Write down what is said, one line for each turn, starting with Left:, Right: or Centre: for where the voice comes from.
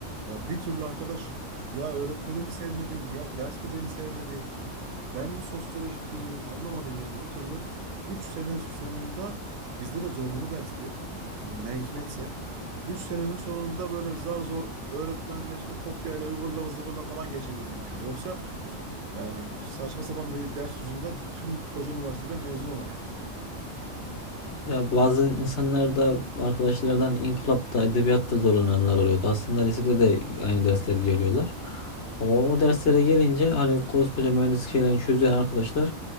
Right: Ya bir türlü arkadaş ya öğretmeni mi sevmedim, ya ders mi beni sevmedi, ben mi sosyolojik değilim anlamadım yani bir türlü. 3 sene sonunda bizde de zorunlu dersti. Ne hikmetse. 3 senenin sonunda böyle zar zor öğretmenle işte kopyayla ıvırla zıvırla falan geçebildim yani. Yoksa yani saçma sapan bir ders yüzünden tüm koca üniversiteden mezun olamayacaktım.
Left: Ya bazı insanlar da arkadaşlardan inkılapta, edebiyatta zorlananlar oluyordu. Aslında lisede de aynı dersleri görüyorlar. O derslere gelince hani koskoca mühendislik şeylerini çözen arkadaşlar